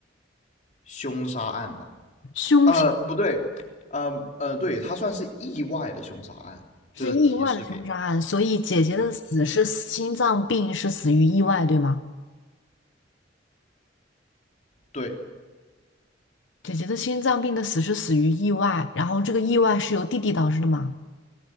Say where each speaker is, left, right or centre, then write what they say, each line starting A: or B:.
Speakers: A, on the left; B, on the left.
A: 凶杀案吧。
B: 凶杀，
A: 呃，不对，呃呃，对，它算是意外的凶杀案。
B: 是意外的凶杀案，
A: 这个提示给你，
B: 所以姐姐的死是心脏病，
A: 对
B: 是死于意外，对吗？
A: 对
B: 姐姐的心脏病的死是死于意外，然后这个意外是由弟弟导致的吗？